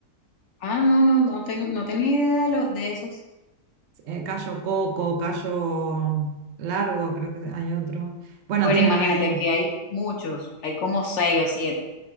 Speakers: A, on the left (about 60°); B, on the right (about 65°).
A: Ah, no, no, no, tengo, no tenía idea de, lo- de esos.
B: Eh, callo coco, callo largo, creo que hay otro. Bueno,
A: Bueno,
B: tienen
A: imagínate,
B: ahí,
A: aquí hay muchos, hay como seis o siete.